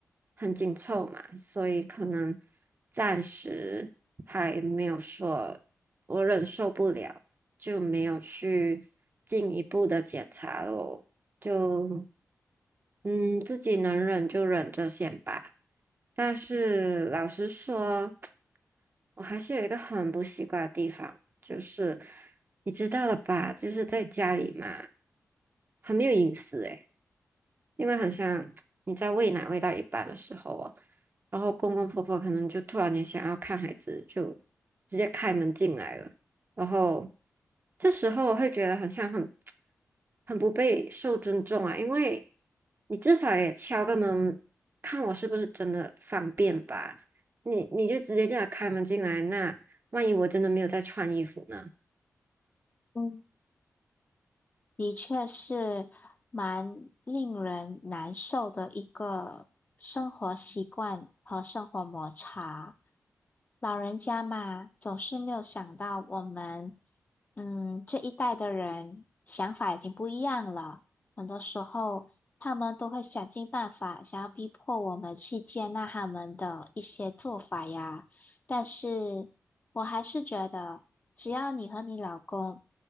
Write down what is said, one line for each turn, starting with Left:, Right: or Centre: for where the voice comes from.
Right: 很紧凑嘛，所以可能暂时还没有说我忍受不了，就没有去进一步的检查咯。就嗯，自己能忍就忍着先吧。但是老实说，<tsk> 我还是有一个很不习惯的地方，就是。你知道了吧？就是在家里嘛，很没有隐私诶，因为好像 <tsk> 你在喂奶喂到一半的时候哦，然后公公婆婆可能就突然间想要看孩子，就直接开门进来了，然后这时候我会觉得好像很 <tsk> 很不被受尊重啊，因为你至少也敲个门，看我是不是真的方便吧？你你就直接这样开门进来，那万一我真的没有在穿衣服呢？
Left: 嗯。的确是蛮令人难受的一个生活习惯和生活摩擦。老人家嘛，总是没有想到我们，嗯，这一代的人想法已经不一样了。很多时候，他们都会想尽办法，想要逼迫我们去接纳他们的一些做法呀。但是我还是觉得。只要你和你老公